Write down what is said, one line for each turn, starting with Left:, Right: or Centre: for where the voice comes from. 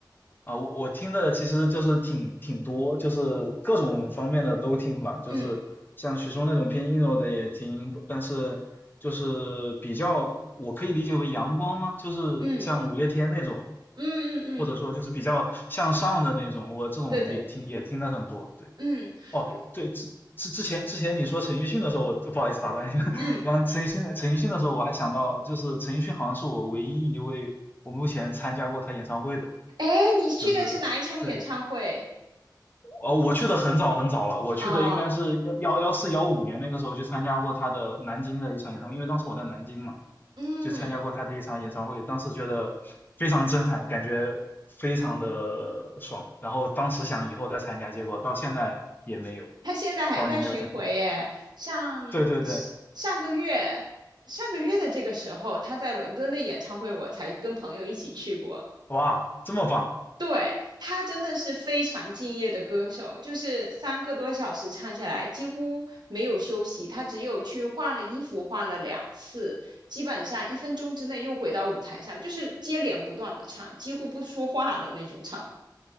Left: 啊，我我听的其实就是挺挺多，就是各种方面的都听吧，就是像许嵩那种偏阴柔的也听，
Right: 嗯
Left: 但是就是比较我可以理解为阳光吗？就是像五月天那种，
Right: 嗯嗯嗯嗯，
Left: 或者说就是比较向上的那种，我这种也听也听了很多。
Right: 对对，
Left: 对，
Right: 嗯有
Left: 哦，对，之之之前之前你说陈奕迅的时候，我不好意思打断你，<laughs> 我刚刚陈奕迅的陈奕迅的时候，
Right: 嗯，
Left: 我还想到就是陈奕迅好像是我唯一一位我目前参加过他演唱会的。
Right: 哎，你去的是哪一场演唱会
Left: 就是对，呃，我去的很早很早了，我去的应该是幺幺幺四幺五年那个时候去参加过他的南京的一场演唱会，
Right: 啊？
Left: 因为当时我在南京嘛，
Right: 嗯。
Left: 就参加过他的一场演唱会，当时觉得非常震撼，感觉非常的爽，然后当时想以后再参加，结果到现在也没有，
Right: 他现在还在巡回耶，
Left: 到也没有再参加。
Right: 上
Left: 对对对，
Right: 上个月上个月的这个时候，他在伦敦的演唱会，我才跟朋友一起去过。
Left: 哇，这么棒！
Right: 对，他真的是非常敬业的歌手，就是三个多小时唱下来，几乎没有休息，他只有去换了衣服，换了两次，基本上一分钟之内又回到舞台上，就是接连不断的唱，几乎不说话的那种唱。